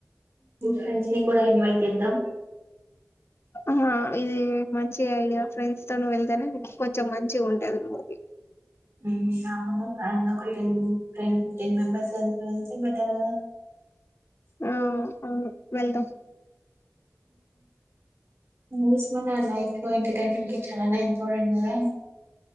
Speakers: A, on the right; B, on the left.
A: ఫ్రెండ్స్ ని కూడా ఇన్వైట్ చేద్దాం
B: ఆ ఇది మంచిగా ఐడియా ఫ్రెండ్స్ తను వెళ్తేనే కొంచెం మంచిగా ఉంటది మూవీ
A: హ్మ్ అవును ఆయన ఒక యంగ్ ట్రెండ్ ఎన్ మెంబర్స్ వెళ్ళి వెళ్తాం బెటర్ కదా <inaudible>
B: ఆ అవును వెళ్దాం
A: మూవీస్ నా లైఫ్ లో ఎంటర్టైన్మెంట్ కి చాలా ఇంపార్టెంట్ కదా